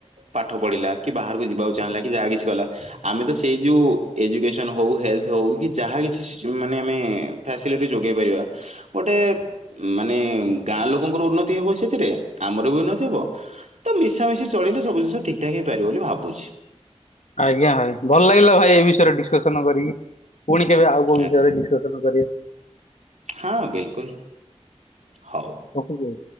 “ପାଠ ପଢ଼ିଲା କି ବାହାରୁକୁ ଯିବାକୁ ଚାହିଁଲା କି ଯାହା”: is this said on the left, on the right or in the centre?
Right